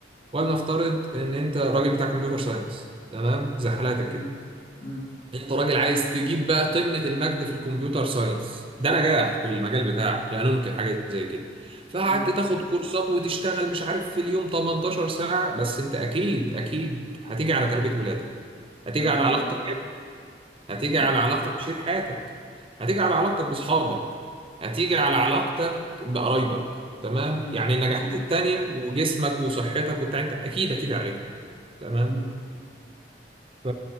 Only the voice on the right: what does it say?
ولنفترض ان انت راجل بتاع كمبيوتر ساينس تمام زي حالاتك كده
انت راجل عايز تجيب بقى قمة المجد في الكمبيوتر ساينس ده نجاح في المجال بتاعك لا ننكر حاجة زي كده فقعدت
تاخد كورسات وتشتغل مش عارف في اليوم 18 ساعة بس انت اكيد اكيد هتيجي على تربية ولادك هتيجي
على علاقتك
هتيجي
على علاقتك بشريك حياتك هتيجي على علاقتك بأصحابك هتيجي على علاقتك بقرايبك تمام
يعني النجاحات
التانية وجسمك وصحتك وبتاع انت اكيد هتيجي عليهم تمام
ف